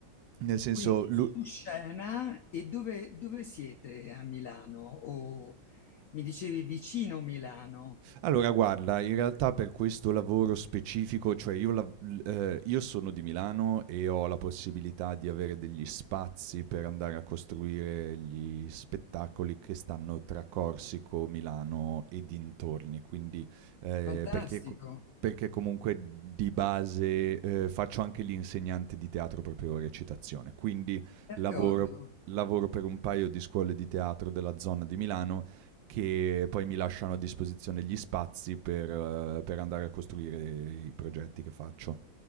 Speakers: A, on the right; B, on the left.
A: Nel senso,
B: quindi
A: l'u-
B: su scena e dove, dove siete a Milano? O mi dicevi vicino Milano,
A: Allora guarda, in realtà per questo lavoro specifico, cioè io lav l ehm, io sono di Milano e ho la possibilità di avere degli spazi per andare a costruire gli spettacoli che stanno tra Corsico, Milano e dintorni, quindi ehm,
B: fantastico,
A: perché co perché comunque di base, ehm, faccio anche l'insegnante di teatro proprio recitazione, quindi
B: d'accordo.
A: lavoro lavoro per un paio di scuole di teatro della zona di Milano che poi mi lasciano a disposizione gli spazi per, eh, per andare a costruire i progetti che faccio.